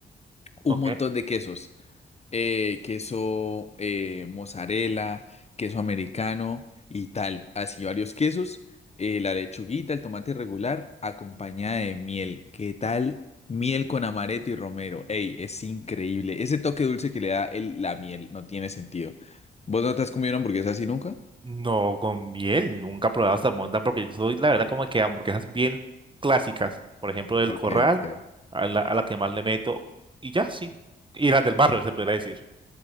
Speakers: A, on the left (about 35°); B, on the right (about 25°).
A: Un
B: ¿Ok?
A: montón de quesos eh, queso eh, mozzarella, queso americano y tal, así varios quesos, eh, la lechuguita, el tomate regular, acompañada de miel. ¿Qué tal? Miel con amaretto y romero. Ey, es increíble. Ese toque dulce que le da el- la miel no tiene sentido. ¿Vos no te has comido una hamburguesa así nunca?
B: No, con miel. Nunca he probado salmonda porque yo soy, la verdad, como que hamburguesas bien clásicas. Por ejemplo, del
A: Ok,
B: Corral,
A: ok.
B: a la, a la que más le meto. Y ya, sí. Y las del barrio, se podría decir.